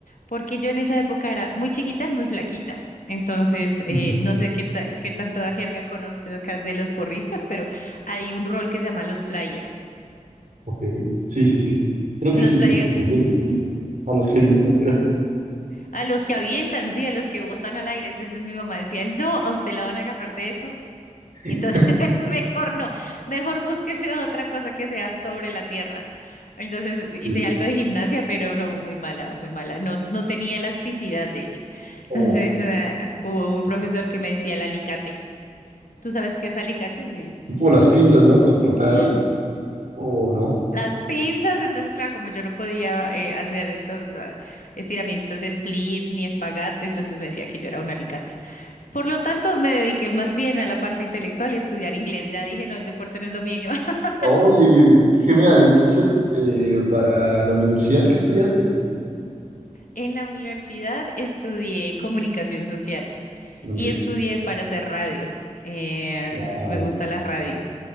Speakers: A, on the left (about 80°); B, on the right (about 75°).
A: porque yo en esa época era muy chiquita, muy flaquita. Entonces, eh,
B: Ujú.
A: no sé qué, ta- qué tanto jerga conozcas de los porristas, pero hay un rol que se llama los flyers.
B: Ok. Sí, sí, sí. Creo
A: Los
B: que sí,
A: flyers.
B: los gedientes, ¿no? A los gedientes, creo.
A: A los que avientan, sí, a los que botan al aire. Entonces mi mamá decía, no, a usted la van a agarrar de eso.
B: <laughs>
A: Entonces <laughs> mejor no, mejor búsquese otra cosa que sea sobre la tierra. Entonces
B: Sí.
A: hice algo de gimnasia, pero no, muy mala, muy mala. No, no tenía elasticidad, de hecho.
B: O
A: Entonces eh, hubo un profesor que me decía el alicate. ¿Tú sabes qué es alicate?
B: tipo las pinzas, ¿no? Para cortar
A: Sí.
B: o no.
A: las pinzas. Entonces, claro, como yo no podía eh, hacer estos ah, estiramientos de split ni espagat, entonces me decía que yo era un alicate. Por lo tanto, me dediqué más bien a la parte intelectual y a estudiar inglés. Ya dije, no, el deporte no es lo mío. <laughs>
B: Oye, qué genial. Entonces, eh, para la universidad ¿qué estudiaste.
A: En la universidad estudié comunicación social
B: Aunque
A: y
B: sí.
A: estudié para hacer radio. Eh,
B: Wow.
A: me gusta la radio.